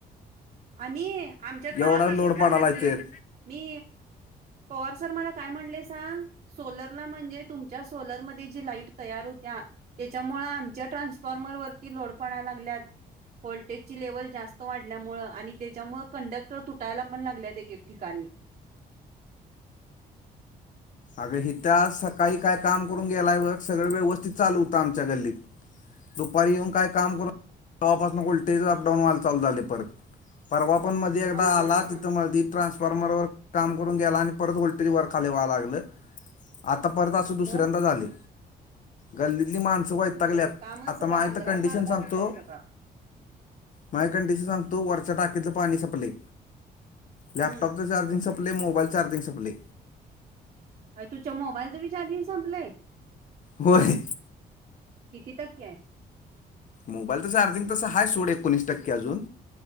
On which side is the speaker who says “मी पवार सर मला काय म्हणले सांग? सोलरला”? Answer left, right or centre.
Right